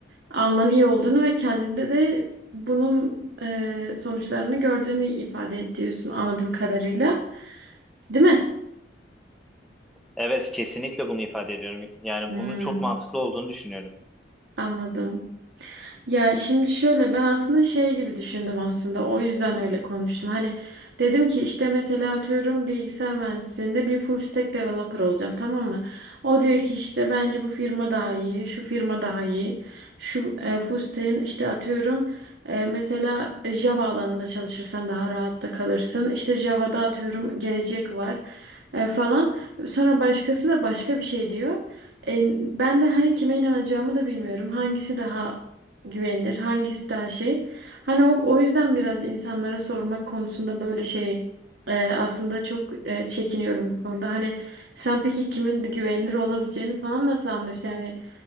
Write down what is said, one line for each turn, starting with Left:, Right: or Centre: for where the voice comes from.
Right: almanın iyi olduğunu ve kendinde de bunun e, sonuçlarını gördüğünü ifade ediyorsun anladığım kadarıyla. Değil mi?
Centre: Evet kesinlikle bunu ifade ediyorum. Yani
Right: Hmm,
Centre: bunun çok mantıklı olduğunu düşünüyorum.
Right: anladım. Ya şimdi şöyle ben aslında şey gibi düşündüm aslında o yüzden öyle konuştum. Hani dedim ki işte mesela atıyorum bilgisayar mühendisliğinde bir full stack developer olacağım tamam mı? O diyor ki işte bence bu firma daha iyi, şu firma daha iyi. Şu e, full stack'in işte atıyorum e, mesela Java alanında çalışırsan daha rahatla kalırsın. İşte Java'da atıyorum gelecek var e, falan. Sonra başkası da başka bir şey diyor. E, ben de hani kime inanacağımı da bilmiyorum. Hangisi daha güvenilir, hangisi daha şey. Hani o, o yüzden biraz insanlara sormak konusunda böyle şey e, aslında çok e, çekiniyorum bu konuda. Hani sen peki kimin güvenilir olabileceğini falan nasıl anlıyorsun? Yani